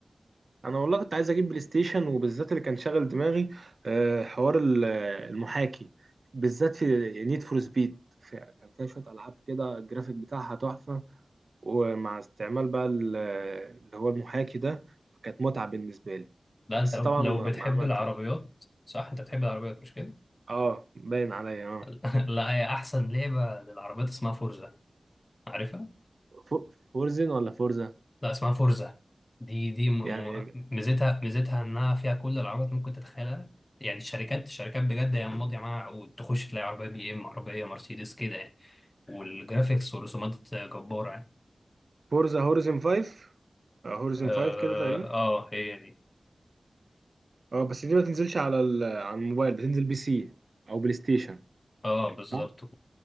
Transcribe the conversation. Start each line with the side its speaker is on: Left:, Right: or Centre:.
Right: انا والله كنت عايز اجيب بلاي ستيشن وبالذات اللي كان شاغل دماغي آه، حوار ال- المحاكي بالذات في نيد فور سبيد كان فيها شويه العاب كده الجرافيك بتاعها تحفه ومع استعمال بقى ال- اللي هو المحاكي ده فكانت متعه بالنسبه لي
Left: ده
Right: بس
Left: أنت لو
Right: طبعا
Left: لو
Right: ما
Left: بتحب
Right: ما عملتش
Left: العربيات
Right: ده.
Left: صح أنت بتحب العربيات مش كده؟
Right: اه باين عليا اه
Left: <laughs> لا هي أحسن لعبة للعربيات اسمها فورزا عارفها؟
Right: فو- فورزن ولا فورزا
Left: لا اسمها فورزا دي دي م-
Right: يعني
Left: م- ميزتها ميزتها انها فيها كل العربيات ممكن تتخيلها يعني الشركات الشركات بجد هي ماضيه معاها عقود تخش تلاقي عربيه بي ام عربيه مرسيدس كده يعني والجرافيكس ورسومات جباره يعني
Right: فورزا هورزن 5 هورزن
Left: اه
Right: 5 كده تقريبا
Left: آه، هي دي
Right: اه بس دي ما تنزلش على ال- على الموبايل بتنزل بي سي او بلاي ستيشن
Left: اه بالظبط
Right: صح
Left: و-